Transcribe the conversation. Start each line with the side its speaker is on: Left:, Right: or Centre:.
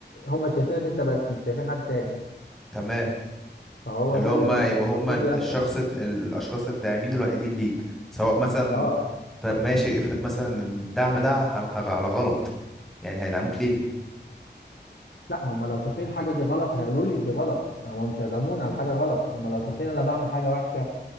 Left: هم شايفينك انت بس مش شايفين حد تاني
Centre: تمام
Left: فهو
Centre: اللي
Left: ده
Centre: هم
Left: اللي
Centre: يبقى هم
Left: المفروض
Centre: الشخص
Left: يحصل
Centre: الد- الاشخاص الداعمين الوحيدين ليك سواء مثلا
Left: اه
Centre: طب ماشي افرض مثلا ان الدعم ده ح- ح- على غلط يعني هيدعموك ليه
Left: لا هم لو شايفين الحاجه دي غلط هيقولوا لي دي غلط يعني هم مش هيدعموني على حاجه غلط هم لو شايفين انا بعمل حاجه وحشه